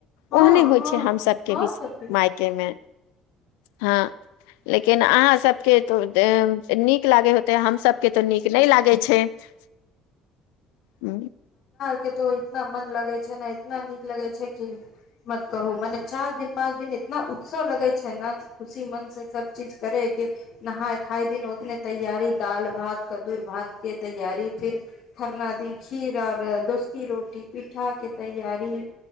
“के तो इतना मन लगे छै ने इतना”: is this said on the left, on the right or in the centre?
Left